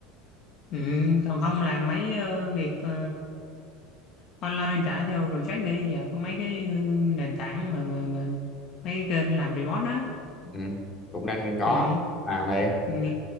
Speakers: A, on the left; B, on the left.
A: Ừ, còn không làm mấy ờ, việc ờ, online trả theo project đi giờ có mấy cái ờ, nền tảng mà mà mà mấy cái kênh làm remote đó
B: ừ. cũng đang đang có
A: ừ,
B: làm đây
A: ừ,